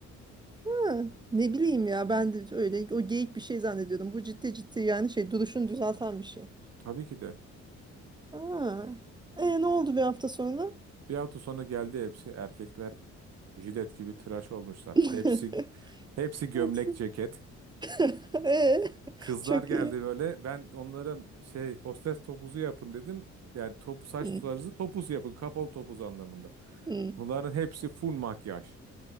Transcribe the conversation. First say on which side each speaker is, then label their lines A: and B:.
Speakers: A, on the right (about 15°); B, on the right (about 55°).
A: Ha, ne bileyim ya ben de öyle o geyik bir şey zannediyordum. Bu ciddi ciddi yani şey duruşunu düzelten bir şey.
B: Tabii ki de.
A: Aa. E ne oldu bir hafta sonra?
B: Bir hafta sonra geldi hepsi erkekler Jilet gibi tıraş olmuşlar.
A: <laughs>
B: Hepsi hepsi gömlek
A: Hepsi.
B: ceket.
A: <laughs> E,
B: Kızlar
A: çok
B: geldi
A: iyi.
B: böyle. Ben onlara şey hostes topuzu yapın dedim. Yani top saç
A: Hı,
B: tularınızı topuz yapın. Kapalı topuz anlamında.
A: hı.
B: Bunların hepsi full makyaj.